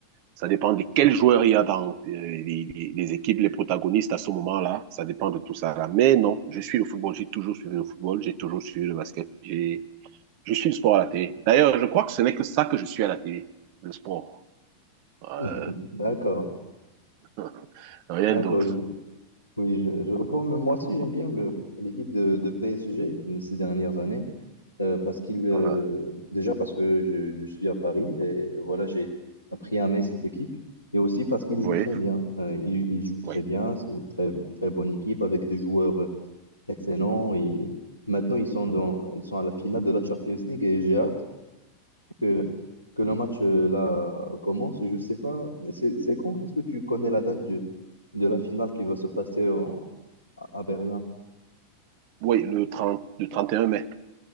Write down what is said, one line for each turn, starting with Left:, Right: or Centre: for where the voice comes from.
Right: ça dépend de quels joueurs il y a dans euh, les, les- les équipes, les protagonistes à ce moment-là. Ça dépend de tout ça là. Mais non, je suis le football, j'ai toujours suivi le football, j'ai toujours suivi le basket, j'ai Je suis le sport à la télé. D'ailleurs, je crois que ce n'est que ça que je suis à la télé, le sport. Euh,
Left: <laughs> D'accord,
Right: <laughs> rien
Left: d'accord.
Right: d'autre.
Left: je- oui, je, je reprends. Mais moi aussi, j'aime bien le, l'équipe de, de PSG euh, ces dernières années euh, parce qu'il, euh,
Right: Voilà.
Left: déjà parce que je, je suis à Paris et voilà, j'ai appris à aimer cette équipe et aussi parce qu'il joue
Right: Oui,
Left: très bien. Euh, il, il joue très
Right: oui.
Left: bien. C'est une très très bonne équipe avec des joueurs euh, excellents et maintenant ils sont dans, ils sont à la finale de la Champions League et j'ai hâte que, que le match euh, là commence. Je sais pas, c'est c'est quand? Est-ce que tu connais la date de, de la finale qui va se passer en- à à Berlin?
Right: Oui, le trente, le 31 mai.